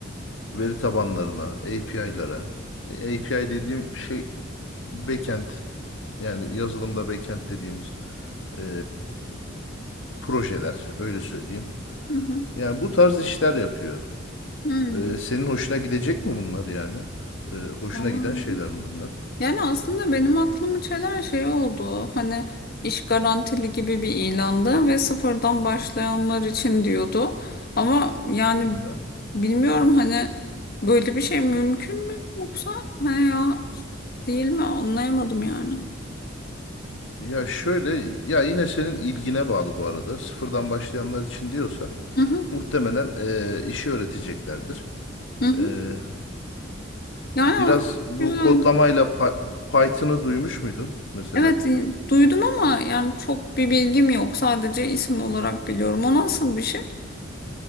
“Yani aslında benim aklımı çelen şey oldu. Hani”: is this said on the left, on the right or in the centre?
Left